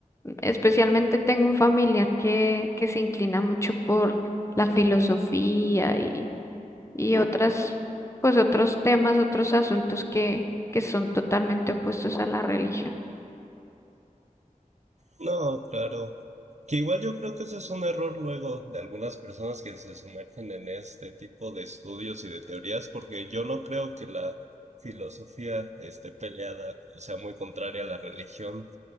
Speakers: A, on the left; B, on the right.
A: Especialmente tengo un familiar que, que se inclina mucho por la filosofía y, y otras, pues otros temas, otros asuntos que, que son totalmente opuestos a la religión.
B: No, claro. Que igual yo creo que ese es un error luego de algunas personas que se sumergen en este tipo de estudios y de teorías, porque yo no creo que la filosofía esté peleada o sea muy contraria a la religión.